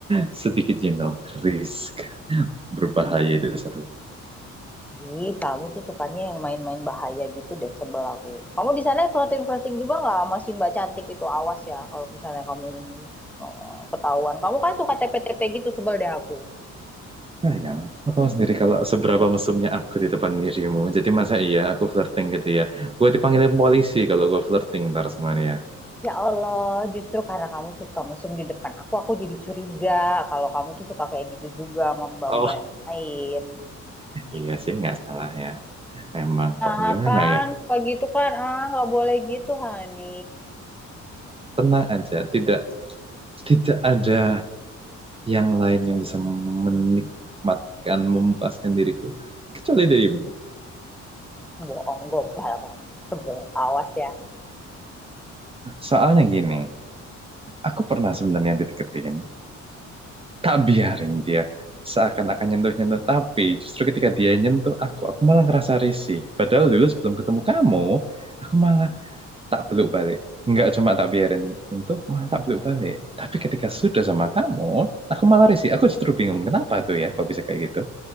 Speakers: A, on the right; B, in the centre.
A: sedikit you know, risk berbahaya itu seru.
B: sih? Kamu tuh sukanya yang main-main bahaya gitu deh sebel aku. Kamu di sana flirting-flirting juga nggak sama si Mbak Cantik itu? Awas ya kalau misalnya kamu ini oh, ketahuan. Kamu kan suka TP-TP gitu sebel deh aku.
A: Sayang, kamu tahu sendiri kalau seberapa mesumnya aku di depan dirimu. Jadi masa iya aku flirting gitu ya? Gue dipanggilin polisi kalau gue flirting ntar sama dia.
B: Ya Allah, justru karena kamu suka mesum di depan aku, aku jadi curiga kalau kamu tuh suka kayak gitu juga sama mbak-mbak
A: Oh,
B: yang lain.
A: Iya sih, nggak salah ya. Emang kok
B: Ah
A: gimana
B: kan,
A: ya?
B: suka gitu kan, ah nggak boleh gitu, Hani.
A: Tenang aja, tidak tidak ada yang lain yang bisa menikmatkan, memuaskan diriku kecuali dirimu.
B: Bohong, gobal kamu. Sebel, awas ya.
A: Soalnya gini, aku pernah sebenarnya dideketin, tak biarin dia seakan-akan nyentuh-nyentuh tapi justru ketika dia nyentuh aku aku malah ngerasa risih padahal dulu sebelum ketemu kamu aku malah tak peluk balik nggak cuma tak biarin nyentuh malah tak peluk balik tapi ketika sudah sama kamu aku malah risih aku justru bingung kenapa tuh ya kok bisa kayak gitu